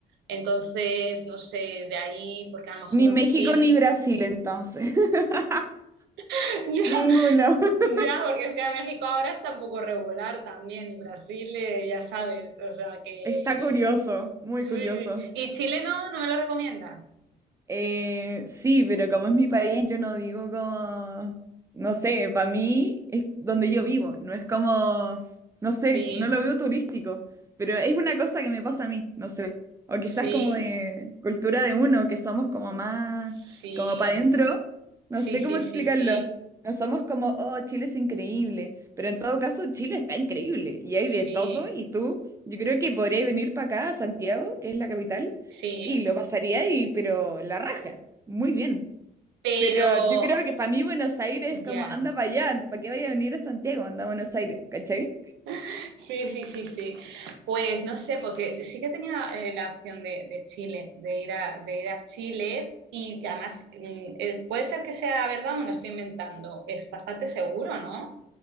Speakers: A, on the right; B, on the right.
A: entonces, no sé, de ahí, porque a lo mejor
B: Ni México
A: Brasil,
B: ni Brasil entonces. <laughs>
A: <laughs> ya,
B: Ninguno. <laughs>
A: ya, porque es que a México ahora está un poco regular también y Brasil, eh, ya sabes, o sea que,
B: Está curioso,
A: <laughs>
B: muy
A: sí,
B: curioso.
A: sí. ¿Y Chile no? ¿No me lo recomiendas?
B: Eh, sí, pero como es mi país, yo no digo como, no sé, para mí es donde yo vivo, no es como, no sé,
A: Sí,
B: no lo veo turístico, pero es una cosa que me pasa a mí, no sé, o quizás
A: sí,
B: como de cultura de uno, que somos como más,
A: sí.
B: como para adentro, no
A: Sí,
B: sé
A: sí,
B: cómo explicarlo,
A: sí, sí,
B: no somos como, oh, Chile es increíble, pero en todo caso Chile está increíble y hay
A: sí,
B: de todo y tú, yo creo que podrías venir para acá, a Santiago, que es la capital
A: sí,
B: y lo pasaría ahí, pero la raja. Muy bien.
A: pero
B: Pero yo creo que para mí Buenos Aires es como,
A: ya,
B: anda para allá, ¿para qué vaya a venir a Santiago? Anda a Buenos Aires, ¿cachai?
A: <laughs> sí, sí, sí, sí. Pues no sé, porque sí que tenía eh, la opción de, de Chile, de ir a, de ir a Chile y además mm, eh, puede ser que sea verdad, me lo estoy inventando, es bastante seguro, ¿no?